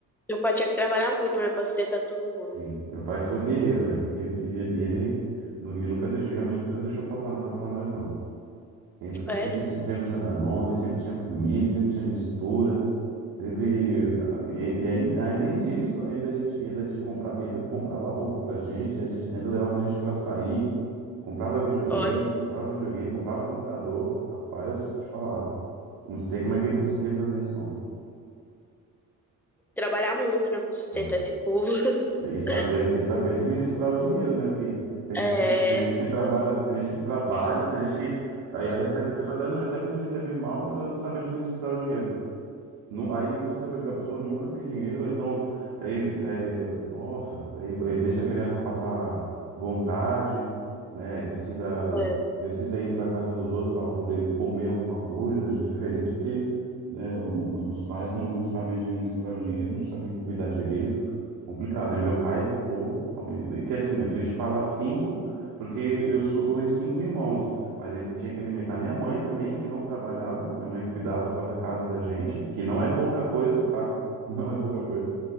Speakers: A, in the centre; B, on the right.
A: Seu pai tinha que trabalhar muito, né, pra sustentar todo mundo.
B: Sim, meu pai foi guerreiro, velho. E, ele, e ele- e ele nu- e nunca deixou, realmente nunca deixou faltar nada pra nós, não. Sempre,
A: É,
B: sempre, tinha- sempre tinha Danone, sempre tinha comida, sempre tinha mistura. Sempre, ah, e, e ainda, além disso, ainda a gente ainda te comprava, ainda comprava roupa pra gente, a gente ainda levava a gente pra sair, comprava videogame,
A: olha,
B: comprava videogame, comprava computador. Rapaz, te falava. Não sei como é que ele conseguia fazer isso, não.
A: trabalhar muito, né, pra sustentar
B: Ah,
A: esse povo. <laughs>
B: E saber, e saber administrar o dinheiro, né? Porque tem gente,
A: É,
B: que- tem gente que trabalha,
A: exatamente.
B: tem gente que trabalha, tem gente que aí a recebe, a pessoa até, não- até que não recebe mal, mas ela não sabe administrar o dinheiro. Nu- Aí quando você vai ver, a pessoa nunca tem dinheiro, então aí é, é, nossa, aí, é, deixa a criança passar vontade, né? E precisa
A: É,
B: precisa ir para casa dos outros para poder comer alguma coisa de diferente, porque né, os, os pais não, não sabem administrar o dinheiro, não sabem cuidar direito, complicado. E meu pai, pô, que assim, a gente fala cinco, porque eu sou em cinco irmãos. Mas ele tinha que alimentar minha mãe também, que não trabalhava. Minha mãe cuidava só da casa e da gente, que não é pouca coisa, tá? <laughs> Não é pouca coisa.